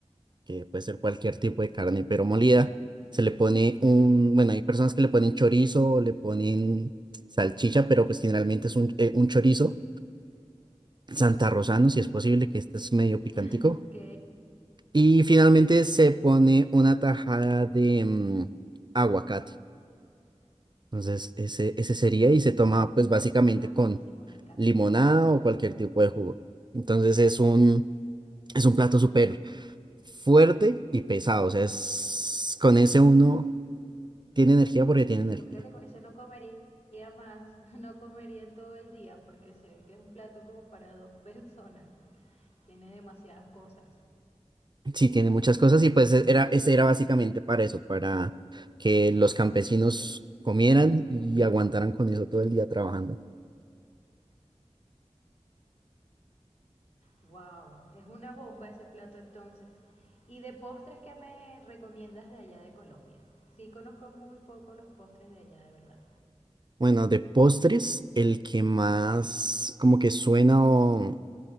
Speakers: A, on the right; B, on the left.
A: que puede ser cualquier tipo de carne, pero molida. Se le pone un,
B: Ok,
A: bueno, hay personas que le ponen chorizo
B: wow.
A: o le ponen salchicha, pero pues generalmente es un, eh, un chorizo santarrosano, si es posible, que este es medio picantico
B: <laughs> Ok,
A: Y finalmente se pone una tajada
B: ok.
A: de mm, aguacate. Entonces, ese, ese sería y se toma pues básicamente
B: Ah, buenísimo,
A: con
B: me encanta
A: limonada
B: el aguacate.
A: o cualquier tipo de jugo. Entonces es un, es un plato súper fuerte y pesado. O sea, es, con ese uno tiene energía porque tiene energía.
B: Yo creo que con ese no comería más, <laughs> no comería en todo el día porque sé que es un plato como para dos personas. Tiene demasiadas cosas.
A: Sí, tiene muchas cosas y pues e-, era, ese era básicamente para eso, para que los campesinos comieran y aguantaran con eso todo el día trabajando.
B: Wow, es una bomba ese plato entonces. ¿Y de postres qué me recomiendas de allá de Colombia? Sí, conozco muy poco los postres de allá de verdad.
A: Bueno, de postres, el que más como que suena o...